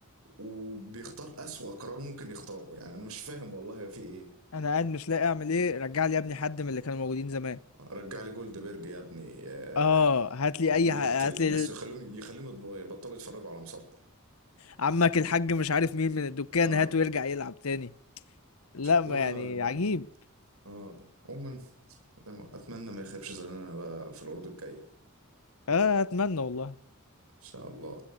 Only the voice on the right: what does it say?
وبيختار اسوأ قرار ممكن يختاره يعني انا مش فاهم والله في ايه
رجع لي جولد بيرج يا ابني آه،
يقتل
الناس
يخليهم يخليهم يبطلوا يتفرجوا على مصارعه
اه
والله
انا
اه عموما أتمنى ما يخيبش ظننا بقى في العروض الجاية
إن شاء الله